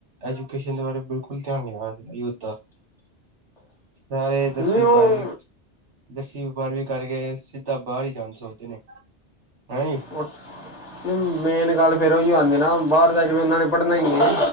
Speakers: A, on the right; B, in the centre.
A: ਐਜੂਕੇਸ਼ਨ ਦੇ ਬਾਰੇ ਬਿਲਕੁਲ ਧਿਆਨ ਨਹੀਂ ਆ ਸਕਦਾ ਯੂਥ ਦਾ। ਸਾਰੇ ਦਸਵੀਂ
B: ਨਿਊ
A: ਬਾਰਵੀਂ। ਦਸਵੀਂ ਬਾਰਵੀਂ ਕਰਕੇ ਸਿੱਧਾ ਬਾਹਰ ਹੀ ਜਾਣ ਸੋਚਦੇ ਨੇ ਹੈ ਨੀ।
B: <unintelligible> ਮੇਨ ਗੱਲ ਫੇਰ ਉਹੀ ਗੱਲ ਆਉਂਦੀ ਨਾ ਬਾਹਰ ਜਾ ਕੇ ਉਹਨਾ ਨੇ ਪੜ੍ਹਨਾ ਈ ਹੈ।